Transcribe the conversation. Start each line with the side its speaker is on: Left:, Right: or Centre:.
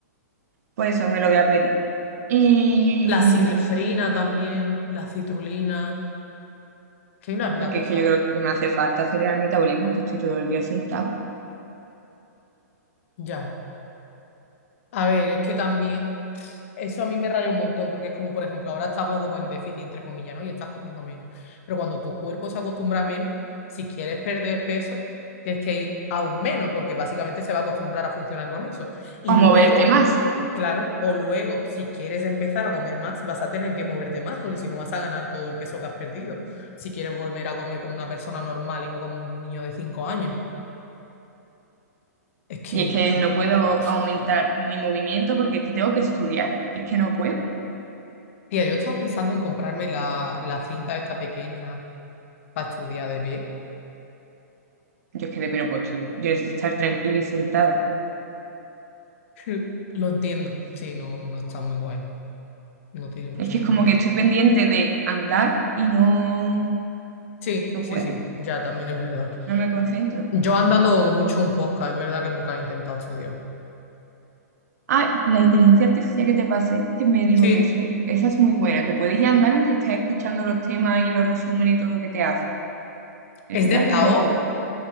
Right: pues eso me lo voy a pedir. Y
Left: La sinefrina también, la citrulina. Que hay una pila
Right: porque
Left: de cosas.
Right: es que yo creo que me hace falta acelerar el metabolismo, que estoy todo el día sentado.
Left: Ya. A ver, es que también eso a mí me raya un montón, porque es como, por ejemplo, ahora estamos como en déficit, entre comillas, ¿no? Y estás comiendo menos. Pero cuando tu cuerpo se acostumbra a menos, si quieres perder peso, tienes que ir aún menos, porque básicamente se va a acostumbrar a funcionar con eso. Y
Right: O
Left: luego,
Right: moverte más.
Left: claro, o luego, si quieres empezar a comer más, vas a tener que moverte más, porque si no vas a ganar todo el peso que has perdido. Si quieres volver a comer como una persona normal y no como un niño de cinco años. Es que,
Right: Y es que no
Left: <sighs>
Right: puedo
Left: paso,
Right: aumentar
Left: tío.
Right: mi movimiento porque es que tengo que estudiar. Es que no puedo.
Left: Tía, yo estaba pensando en comprarme la, la cinta esta pequeña para estudiar de pie.
Right: Yo es que de que no puedo estudiar. Yo necesito estar tranquila y sentada.
Left: <laughs> Lo entiendo. Sí, no, no está muy guay. No tiene mucho
Right: Es que
Left: sentido.
Right: es como que estoy pendiente de andar y no,
Left: Sí,
Right: no
Left: sí,
Right: puedo.
Left: sí, ya también es verdad.
Right: No me concentro.
Left: Yo andando mucho un podcast, es verdad que nunca he intentado estudiar.
Right: Ah, la inteligencia artificial que te pasé, que me dijo
Left: Sí,
Right: Jesús, esa es muy buena. Te puedes ir a andar mientras estás escuchando los temas y los resúmenes y todo lo que te hace. Esta
Left: ¿es de
Right: tarde
Left: pago?
Right: lo voy a probar.